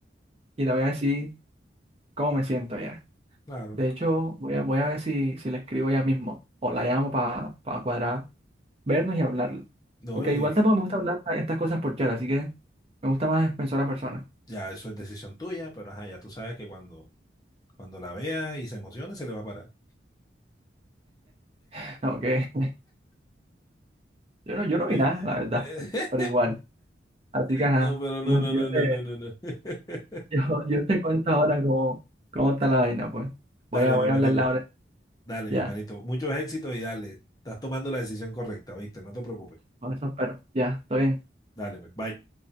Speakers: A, on the right; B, on the left.
A: y la voy a decir cómo me siento ya.
B: claro.
A: De hecho, voy a, voy a ver si, si le escribo ya mismo o la llamo para cuadrar. vernos y hablarlo.
B: No,
A: Porque
B: y
A: igual tampoco me gusta hablar esta- estas cosas por chat, así que me gusta más persona a persona.
B: ya eso es decisión tuya, pero ajá, ya tú sabes que cuando, cuando la veas y se emocione, se le va a parar.
A: <laughs> Ok. Yo no, yo
B: <laughs>
A: no
B: Ey,
A: vi nada, la verdad.
B: eh,
A: Pero igual. Así
B: <laughs>
A: que ajá.
B: No, pero no,
A: no,
B: no,
A: yo
B: no,
A: te,
B: no, no, no, no. <laughs>
A: <laughs> yo, yo te cuento ahora cómo, cómo está la vaina, pues.
B: Dale,
A: Voy a, voy
B: mi hermanito,
A: a hablarla ahora.
B: dale,
A: Ya.
B: mi hermanito. Muchos éxitos y dale. Estás tomando la decisión correcta, ¿viste? No te preocupes.
A: Con eso espero. Ya, todo bien.
B: Dale, pues, bye.